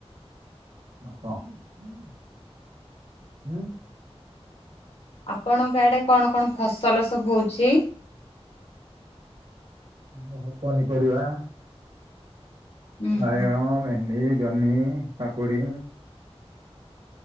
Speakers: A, on the right; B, on the left.
A: <unintelligible>
B: ଆପଣଙ୍କ ଆଡେ କଣ କଣ ଫସଲ ସବୁ ହୋଉଛି?
A: ଆମର ସବୁ ପନିପରିବା
B: ହୁଁ
A: ବାଇଗଣ,
B: ହୁଁ।
A: ଭେଣ୍ଡି, ଜହ୍ନି, କାକୁଡି।